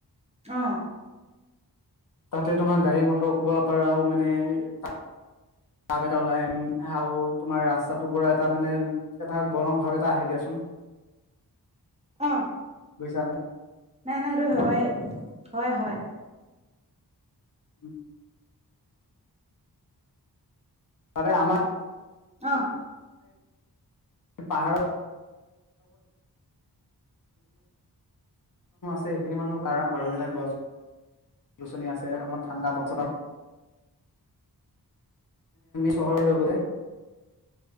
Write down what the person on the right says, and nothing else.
অ।
অ।
নাই নাই হেইটো হয়ে হয়, হয়।
অ